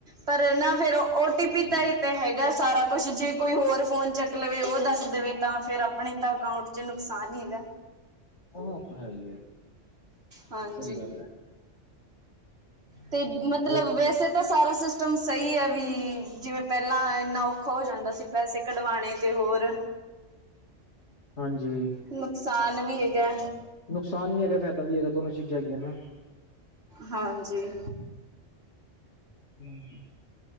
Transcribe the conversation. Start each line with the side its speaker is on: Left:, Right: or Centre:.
Right: ਪਰ ਨਾ ਫਿਰ ਓਟੀਪੀ ਤਾਂ ਇ ਤੇ ਹੈਗਾ ਸਾਰਾ ਕੁਛ, ਜੇ ਕੋਈ ਹੋਰ ਫੋਨ ਚੱਕ ਲਵੇ ਓ ਦੱਸ ਦੇਵੇ? ਤਾਂ ਫੇਰ ਅਪਨੇ ਤਾਂ ਅਕਾਊਂਟ ਚ ਨੁਕਸਾਨ ਹੀ ਹੈਗਾ।
Left: ਹਾਂ, ਓ ਤਾਂ ਹੈ ਹੀਏ,
Right: ਹਾਂਜੀ।
Left: ਸਈ ਗੱਲ ਐ।
Right: ਤੇ ਮਤਲਬ
Left: ਹੋਰ
Right: ਵੈਸੇ ਤੇ ਸਾਰਾ ਸਿਸਟਮ ਸਹੀ ਐ ਵੀ ਜਿਵੇਂ ਪਹਿਲਾਂ ਇੰਨਾ ਔਖਾ ਹੋ ਜਾਂਦਾ ਸੀ ਪੈਸੇ ਕਢਵਾਣੇ ਤੇ ਹੋਰ,
Left: ਹਾਂਜੀ।
Right: ਨੁਕਸਾਨ ਵੀ ਹੈਗਾ।
Left: ਨੁਕਸਾਨ ਵੀ ਹੈਗਾ ਫਾਇਦਾ ਵੀ ਹੈਗਾ ਦੋਨੋ ਚੀਜ਼ਾਂ ਹੈਗੀਆ ਨਾ।
Right: ਹਾਂਜੀ।
Left: ਹੂੰ।